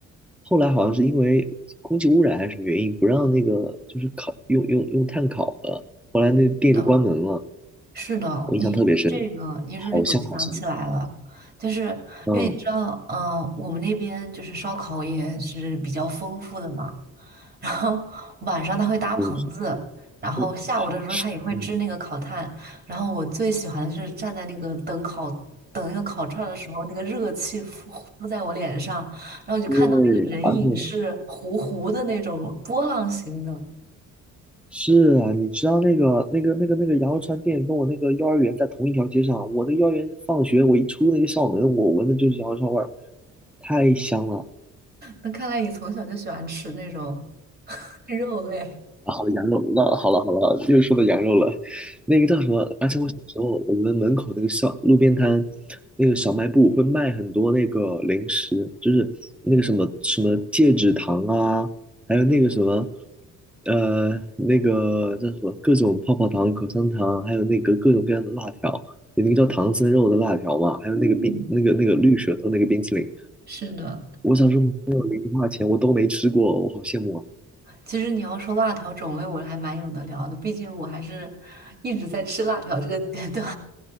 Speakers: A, in the centre; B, on the right.
A: 后来好像是因为空气污染还是什么原因，不让那个就是烤用用用炭烤了，后来那店就关门了。
B: 是的，是的，
A: 我印象特别深，
B: 你一说这个，你一说这个，
A: 好香好香，
B: 我就想起来了，就是因为你知道，
A: 嗯，
B: 嗯、我们那边就是烧烤也是比较丰富的嘛，然后晚上他会搭棚子，
A: 嗯是
B: 然后下午的时候他也会支那个烤炭，
A: 的嗯，
B: 然后我最喜欢的就是站在那个等烤等那个烤串儿的时候，那个热气呼呼在我脸上，然后我就看到那个人影是糊糊的那种波浪形的，
A: 对，而且是啊，你知道那个那个那个那个羊肉串店跟我那个幼儿园在同一条街上，我那幼儿园放学我一出那个校门，我闻的就是羊肉串味儿，太香了。
B: 那看来你从小就喜欢吃那种。肉类。
A: 啊，好羊肉，那好了好了，又说到羊肉了。那个叫什么？而且我小时候，我们门口那个小路边摊，那个小卖部会卖很多那个零食，就是那个什么什么戒指糖啊，还有那个什么，呃，那个叫什么各种泡泡糖、口香糖，还有那个各种各样的辣条，有那个叫唐僧肉的辣条嘛，还有那个冰那个那个绿舌头那个冰淇淋。
B: 嗯，是的，
A: 我小时候没有零花钱，我都没吃过，我好羡慕啊。
B: 其实你要说辣条种类，我还蛮有的聊的，毕竟我还是一直在吃辣条这个阶段。